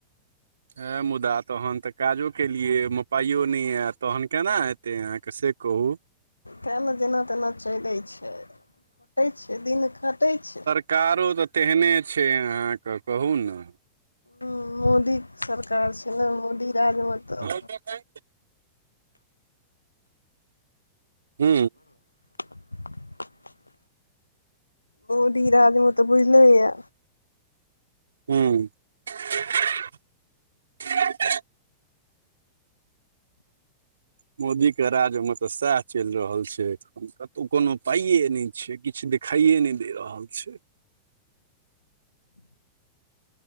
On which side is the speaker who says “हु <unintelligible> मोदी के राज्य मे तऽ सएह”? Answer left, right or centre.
Right